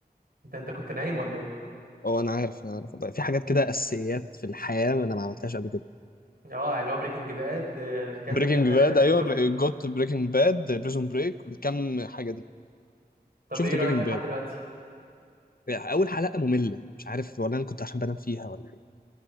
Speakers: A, on the right; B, on the left.
A: انت انت كنت نايم ولا ايه
B: اه انا عارف انا عارف والله. في حاجات كده اساسيات في الحياه انا ما عملتهاش قبل كده
A: اه يعني اللي هو بريكنج باد كذا
B: بريكنج
A: كذا ده
B: باد
A: لازم تكون
B: ايوه
A: شفته
B: جوت بريكنج باد بريزون بريك والكم حاجه دي
A: طب
B: شفت
A: ايه
B: بريكنج
A: رأيك فيه لحد
B: باد
A: دلوقتي
B: اول حلقه ممله مش عارف ولا انا كنت عشان بنام فيها ولا ايه